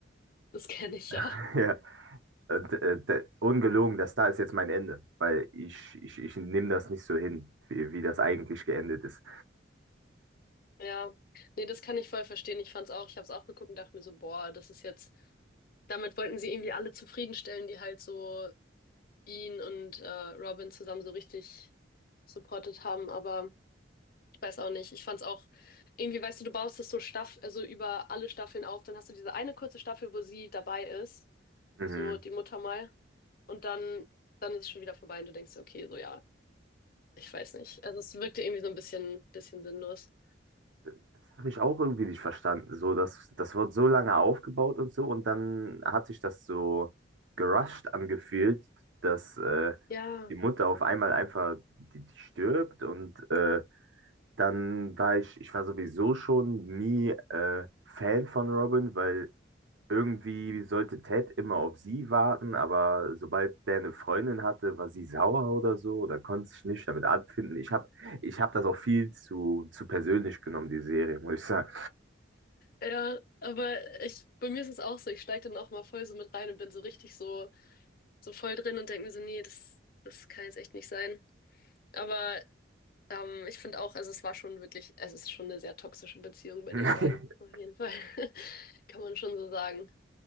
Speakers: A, on the left (about 50°); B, on the right (about 80°).
A: das kenne ich ja.
B: <laughs> Und, äh, da, ungelogen, das da ist jetzt mein Ende, weil ich, ich, ich nehme das nicht so hin, wie, wie das eigentlich geendet ist.
A: Ja, nee, das kann ich voll verstehen. Ich fand's auch, ich hab's auch geguckt und dachte mir so, boah, das ist jetzt, damit wollten sie irgendwie alle zufriedenstellen, die halt so ihn und äh, Robin zusammen so richtig supportet haben, aber ich weiß auch nicht. Ich fand's auch, irgendwie, weißt du, du baust das so Staff, also über alle Staffeln auf, dann hast du diese eine kurze Staffel, wo sie dabei ist,
B: Mhm.
A: so die Mutter mal, und dann, dann ist es schon wieder vorbei und du denkst, dir, okay, so ja, ich weiß nicht. Also es wirkte irgendwie so ein bisschen, bisschen sinnlos.
B: Das habe ich auch irgendwie nicht verstanden. So, das, das wird so lange aufgebaut und so, und dann hat sich das so gerusht angefühlt, dass äh,
A: Ja.
B: die Mutter auf einmal einfach die, die stirbt und äh, dann war ich, ich war sowieso schon nie äh, Fan von Robin, weil Irgendwie sollte Ted immer auf sie warten, aber sobald der eine Freundin hatte, war sie sauer oder so oder konnte sich nicht damit abfinden. Ich habe ich hab das auch viel zu, zu persönlich genommen, die Serie, muss ich sagen.
A: Ja, aber ich, bei mir ist es auch so, ich steige dann auch mal voll so mit rein und bin so richtig so, so voll drin und denke mir so, nee, das, das kann jetzt echt nicht sein. Aber ähm, ich finde auch, also es war schon wirklich, es ist schon eine sehr toxische Beziehung bei
B: <laughs>
A: den beiden, auf jeden Fall. <laughs> Kann man schon so sagen.